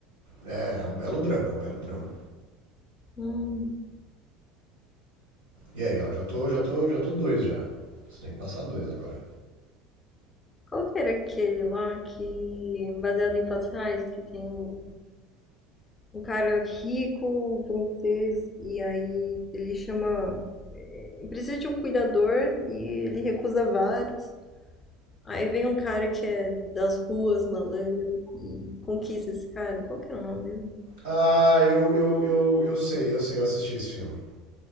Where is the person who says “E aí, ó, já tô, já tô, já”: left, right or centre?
Right